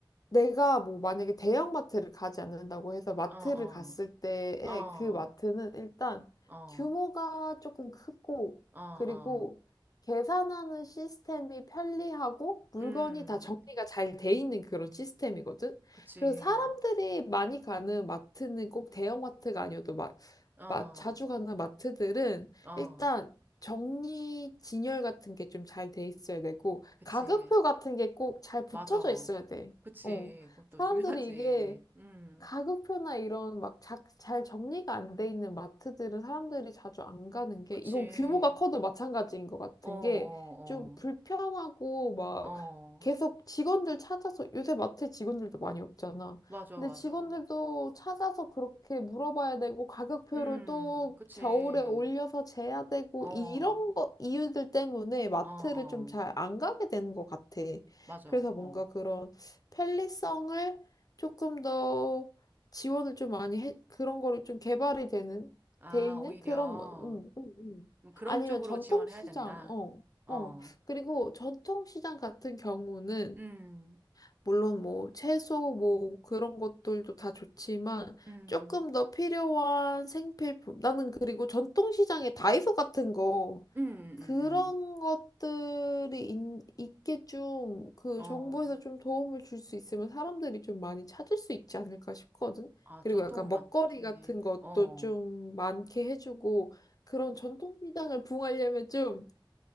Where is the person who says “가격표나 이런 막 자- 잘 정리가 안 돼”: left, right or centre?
Left